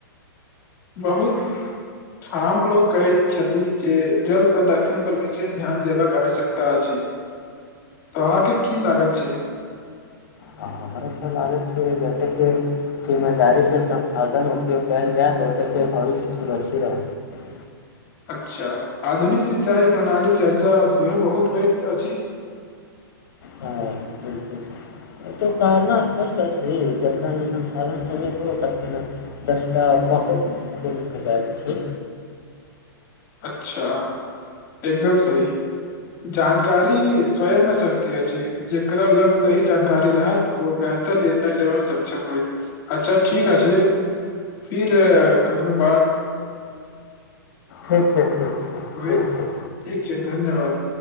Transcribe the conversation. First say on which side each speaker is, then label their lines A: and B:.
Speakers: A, on the left; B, on the left.
A: बहुत ठाम लोक कहैत छथि जे जल संरक्षण पर विशेष ध्यान देबाक आवश्यकता अछि तऽ अहाँके की लागत छै
B: ह हमरा तऽ लागैत छै जतेक के जिम्मेदारी से संसाधन उपयोग कयल जायत ओते के भविष्य सुरक्षित रहत
A: अच्छा आधुनिक सिंचाई प्रणाली चर्चा सेहो बहुत होइत अछि
B: हँ ओतहु कारना स्पष्ट अछि जखन संसाधन समित हो तखन दस्ताव बहुत महत्वपूर्ण भऽ जाइत अछि
A: अच्छा एकदम सही जानकारी स्वयंमे सक्त अछि जकरा लग सही जानकारी रहत ओ बेहतर निर्णय लेबयमे सक्षम होय अच्छा ठीक अछि फिर कखनो बात
B: ठीक छै ठीक ठ
A: होइत
B: ठीक छै
A: ठीक छै धन्यवाद